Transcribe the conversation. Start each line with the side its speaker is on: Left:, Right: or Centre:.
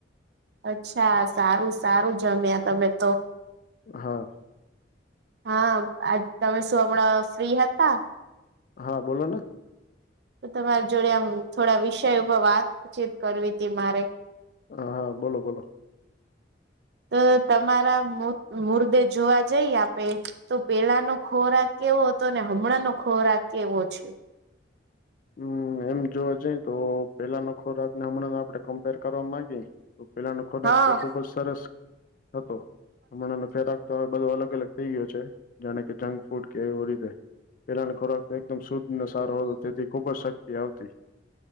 Right: અચ્છા! સારું સારું જમ્યા તમે તો.
Left: હા,
Right: હા આજ તમે શું હમણાં ફ્રી હતા?
Left: હા બોલોને,
Right: તો તમારી જોડે આમ થોડા વિષય ઉપર વાતચીત કરવીતી મારે.
Left: હા હા બોલો બોલો.
Right: તો તમારા મુદ્ મુર્દે જોવા જઈ આપે, તો પેલાનો ખોરાક કેવો હતો? અને હમણાંનો ખોરાક કેવો છે?
Left: હમ્મ એમ જોવા જઈ તો પેલાનો ખોરાકને હમણાંનો આપડે કમ્પેર કરવા માંગી તો, પેલાનો ખોરાક
Right: હા.
Left: તો ખૂબ જ સરસ હતો. હમણાંનો જરાક તો હવે બધો અલગ અલગ થઈ ગયો છે. જાણે કે જંકફૂડ કે એવો રીતે પહેલાનો ખોરાક તો એક એકદમ શુદ્ધ ને સારો હતો. તેથી ખુબ જ શક્તિ આવતી.